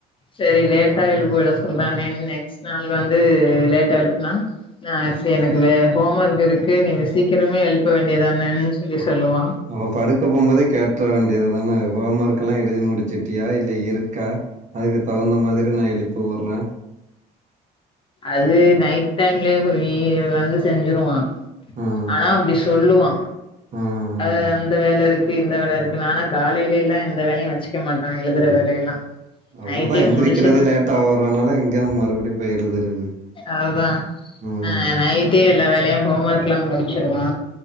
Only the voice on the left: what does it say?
சேரி லேட்டா எழுப்பி விட சொல்றானே நெக்ஸ்ட் நாள் வந்து லேட்டா எழுப்புனா நா சேர் எனக்கு வே ஹோம் ஒர்க் இருக்கு நீங்க சீக்கிரமே எழுப்ப வேண்டியதானேன்னு சொல்லி சொல்லுவா
அது நைட் டைம்லயே வீ வந்து செஞ்சுருவா
ஆனா அப்டி சொல்லுவா
ஆ அந்த வேல இருக்கு இந்த வேல இருக்கு ஆனா காலைலிலா எந்த வேலையு வச்சுக்க மாட்டா எழுதுற வேல எல்லா
நைட்டே
முடிச்சு
அதுதா
ஆ நைட்டே எல்லா வேலயு ஹோம் ஒர்க்லா முடிச்சிருவா